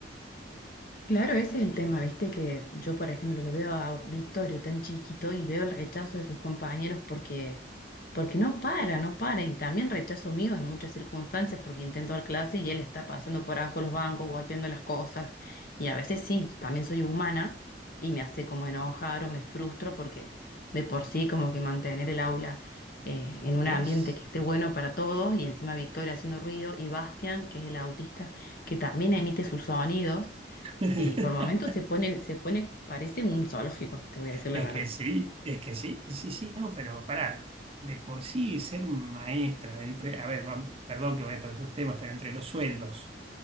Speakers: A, on the left; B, on the right.
A: Claro, ese es el tema, viste que yo, por ejemplo, lo veo a Victorio tan chiquito y veo el rechazo de sus compañeros porque, porque no para, no para, y también rechazo mío en muchas circunstancias porque intento dar clase y él está pasando por abajo los bancos, golpeando las cosas, y a veces sí, también soy humana y me hace como enojar o me frustro porque de por sí como que mantener el aula eh, en un
B: Es,
A: ambiente que esté bueno para todos y encima Victoria haciendo ruido y Bastian, que es el autista, que también emite sus sonidos.
B: <laughs>
A: Y por momentos se pone, se pone, parece un zoológico, te voy a decir la
B: Es
A: verdad.
B: que sí, es que sí, y sí, sí, no, pero pará, de por sí ser maestra, de entre, a ver, vam- perdón que voy a todos los temas, pero entre los sueldos,